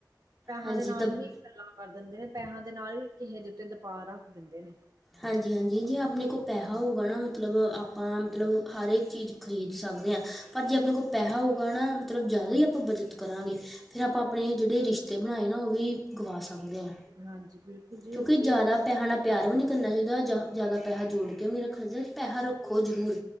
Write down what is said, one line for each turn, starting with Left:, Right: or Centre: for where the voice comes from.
Right: ਪੈਹਿਆਂ
Centre: ਹਾਂਜੀ
Right: ਦੇ ਨਾਲ
Centre: ਦਬ
Right: ਹੀ ਗੱਲਾਂ ਕਰ ਦਿੰਦੇ ਨੇ, ਪੈਹਾਂ ਦੇ ਨਾਲ ਹੀ ਕਿਸੇ ਦੇ ਉੱਤੇ ਦਬਾਅ ਰੱਖ ਦਿੰਦੇ ਨੇ।
Centre: ਹਾਂਜੀ-ਹਾਂਜੀ, ਜੇ ਆਪਣੇ ਕੋਲ ਪੈਸਾ ਹੋਊਗਾ ਨਾ ਮਤਲਬ ਆਪਾਂ ਮਤਲਬ ਹਰ ਇੱਕ ਚੀਜ਼ ਖਰੀਦ ਸਕਦੇ ਹਾਂ। ਪਰ ਜੇ ਆਪਣੇ ਕੋਲ ਪੈਸਾ ਹੋਊਗਾ ਨਾ, ਮਤਲਬ ਜ਼ਿਆਦਾ ਹੀ ਆਪਾਂ ਬਚਤ ਕਰਾਂਗੇ, ਫਿਰ ਆਪਾਂ ਆਪਣੇ ਜਿਹੜੇ ਰਿਸ਼ਤੇ ਤੇ ਬਣਾਏ ਨਾ ਉਹ ਵੀ ਗਵਾ ਸਕਦੇ ਆ,
Right: ਹਾਂਜੀ ਬਿਲਕੁਲ ਜੀ
Centre: ਕਿਉਂਕਿ ਜਿਆਦਾ
Right: ਇਹ
Centre: ਪੈਹਿਆਂ ਨਾਲ ਪਿਆਰ ਵੀ ਨੀ ਕਰਨਾ ਚਾਹੀਦਾ, ਜ ਜ਼ਿਆਦਾ ਪੈਸਾ ਜੋੜ ਕੇ ਵੀ ਨਹੀਂ ਰੱਖਣਾ ਚਾਹੀਦਾ, ਪੈਸਾ ਰੱਖੋ ਜ਼ਰੂਰ